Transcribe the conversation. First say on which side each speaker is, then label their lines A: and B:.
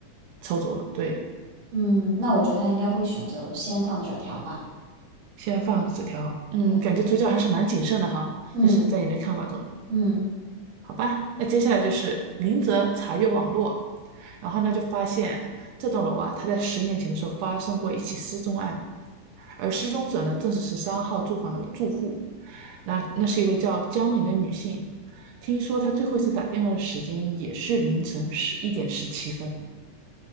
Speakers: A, on the right (about 85°); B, on the right (about 55°).
A: 抽走了。对，
B: 嗯，那我觉得他应该会选择先放纸条吧。
A: 先放纸条，嗯，
B: 对，
A: 感觉主角还是蛮谨慎的哈，
B: 嗯
A: 就是在你的看法中。
B: 嗯。
A: 好吧，那接下来就是林泽查阅网络，然后呢就发现这栋楼啊，他在十年前的时候发生过一起失踪案，而失踪者呢正是十三号住房的住户，那那是一位叫江宁的女性，听说她最后一次打电话的时间也是凌晨十一点十七分。